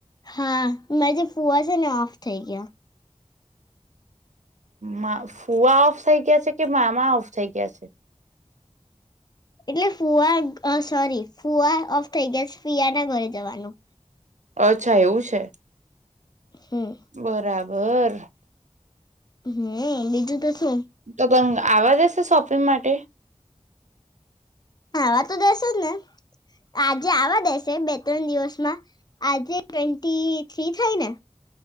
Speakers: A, on the left; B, on the right.
A: હા મેં જે ફુવા છે ને ઓફ થઈ ગયા
B: મા ફુઆ ઓફ થઈ ગયા છે કે મામા ઓફ થઈ ગયા છે.
A: એટલે ફુવા સોરી ફુવા ઓફ થઈ ગયા ફીયા ના ઘરે જવાનું
B: અચ્છા એવું છે
A: હમ
B: બરાબર ઘર
A: હમ બીજું તો શું
B: તદંગ- આવવા દેશે શોપિંગ માટે
A: આવા તો દેસે જ ને આજે આવા દેસે બે ત્રણ દિવસમાં આજે ટવેન્ટી થ્રી થાઇ ને